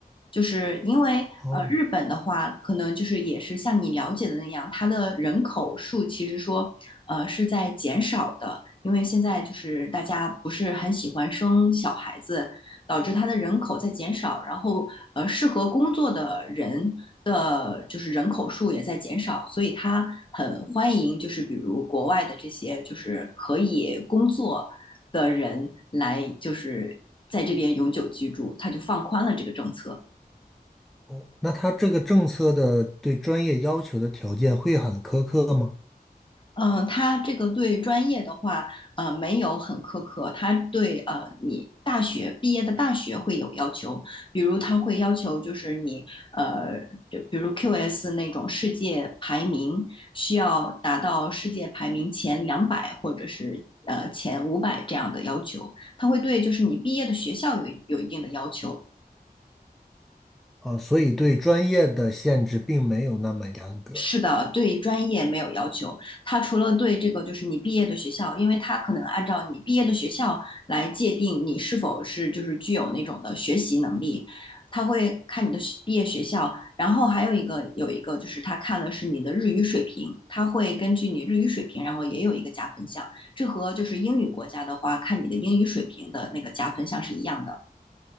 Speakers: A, on the left; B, in the centre.
A: 就是因为呃，
B: 哦，
A: 日本的话，可能就是也是像你了解的那样，它的人口数其实说呃是在减少的，因为现在就是大家不是很喜欢生小孩子，导致它的人口在减少，然后呃适合工作的人的就是人口数也在减少，所以它很欢迎就是比如国外的这些就是可以工作的人来就是在这边永久居住，它就放宽了这个政策。
B: 哦，那他这个政策的对专业要求的条件会很苛刻吗？
A: 嗯、呃，他这个对专业的话，呃，没有很苛刻，他对呃你大学毕业的大学会有要求，比如他会要求就是你呃，就比如 QS 那种世界排名需要达到世界排名前两百或者是呃前五百这样的要求，他会对就是你毕业的学校有有一定的要求，
B: 啊，所以对专业的限制并没有那么严格。
A: 是的，对专业没有要求。他除了对这个，就是你毕业的学校，因为他可能按照你毕业的学校来界定你是否是就是具有那种的学习能力，他会看你的学毕业学校。然后还有一个有一个就是他看的是你的日语水平，他会根据你日语水平，然后也有一个加分项。这和就是英语国家的话，看你的英语水平的那个加分项是一样的。